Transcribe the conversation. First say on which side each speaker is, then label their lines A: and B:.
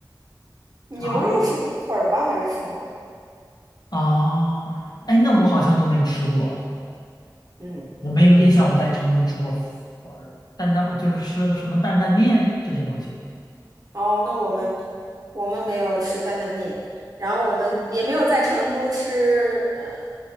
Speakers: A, on the right (about 55°); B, on the left (about 60°).
A: 牛肉什么粉儿吧，
B: 啊
A: 还是什么？
B: <laughs> 啊，哎，那我好像都没吃过，
A: 嗯，
B: 我没有印象我在成都吃过粉儿担担就是吃的什么担担面这些东西。
A: 哦，那我们我们没有吃担担面，然后我们也没有在成都吃，呃，